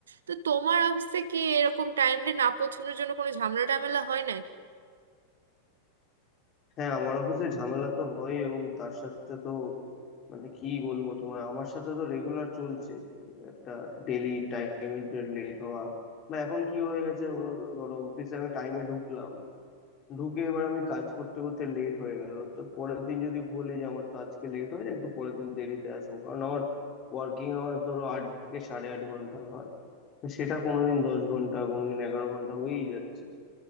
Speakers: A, on the right; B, on the left.
A: তো তোমার অফিসে কি এরকম টাইমলি না পৌঁছানোর জন্য কোনো ঝামেলা টামেলা হয় নাকি
B: হ্যাঁ আমার অফিসে ঝামেলা তো হয় এবং তার সাথে তো মানে কি বলবো তোমার আমার সাথে তো রেগুলার চলছে একটা ডেলি টাইমের যে লেট হওয়া বা এখন কি হয়ে গেছে বলো তো, ধরো অফিসে আমি টাইমে ঢুকলাম ঢুকে এবার আমি কাজ করতে করতে লেট হয়ে গেল তো পরের দিন যদি বলি যে আমার তো আজকে লেট হয়ে যায় একটু পরের দিন দেরিতে আসবো কারণ আমার ওয়ার্কিং আওয়ার্স ধরো আট থেকে সাড়ে আট ঘন্টা হয় তো সেটা কোনোদিন দশ ঘন্টা কোনোদিন এগারো ঘন্টা হয়েই যাচ্ছে